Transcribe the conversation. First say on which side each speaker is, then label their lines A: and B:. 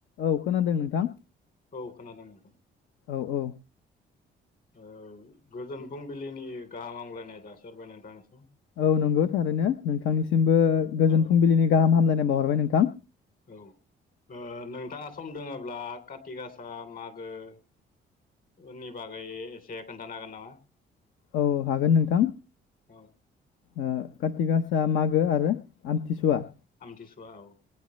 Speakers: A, on the left (about 80°); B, on the left (about 45°).
A: औ खोनादों नोंथां
B: औ खोनादों नोंथां
A: औ औ
B: ओ गोजोन फुं बिलिनि गाहामलायनाय जासिहरबाय नोंथांनि
A: औ नंगौ थारैनो नोंथांनिसिमबो गोजोन
B: औ
A: फुंबिलिनि गाहाम हामलायनाय बावहरबाय नोंथां
B: औ ओ नोंथाङा सम दोङोब्ला काति गासा मागोनि बागै एसे खोन्थानो हागोन नामा?
A: औ हागोन नोंथां।
B: औ
A: ओ कारति गासा मागो आरो आमथिसुवा।
B: हमथिसुआ औ।